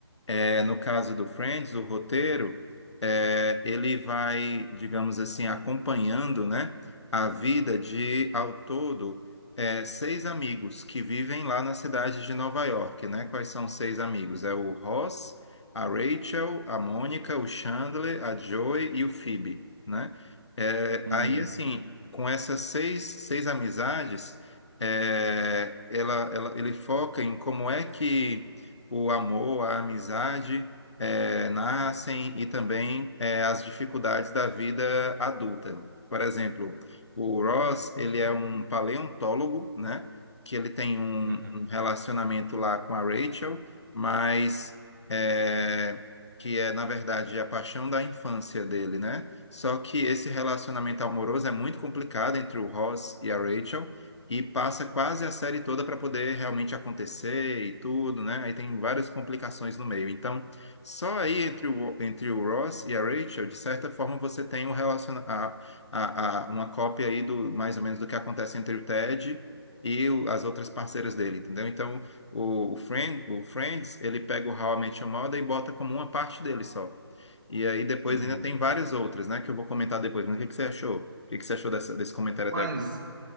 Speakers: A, on the left; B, on the right.
A: É, no caso do Friends, o roteiro, é, ele vai, digamos assim, acompanhando, né, a vida de, ao todo, é, seis amigos que vivem lá na cidade de Nova York, né? Quais são os seis amigos? É o Ross, a Rachel, a Mônica, o Chandler, a Joey e o Phoebe, né? É,
B: uhum,
A: aí, assim, com essas seis, seis amizades, é, ela, ela- ele foca em como é que o amor, a amizade eh, nascem e também eh, as dificuldades da vida adulta. Por exemplo, o Ross, ele é um paleontólogo, né? Que ele tem um,
B: uhum.
A: um relacionamento lá com a Rachel, mas eh, que é, na verdade, a paixão da infância dele, né? Só que esse relacionamento amoroso é muito complicado entre o Ross e a Rachel, e passa quase a série toda para poder realmente acontecer e tudo, né? Aí tem várias complicações no meio. Então, só aí entre o, entre o Ross e a Rachel, de certa forma, você tem um relaciona a, a, a- uma cópia aí do mais ou menos do que acontece entre o Ted e o- as outras parceiras dele, entendeu? Então, o, o, Friend, o Friends, ele pega o How I Met Your Mother e bota como uma parte dele só. E aí depois
B: Uhum.
A: ainda tem várias outras, né? Que eu vou comentar depois. Mas o que que você achou? O que que você achou dessa- desse comentário
B: Mas
A: até agora?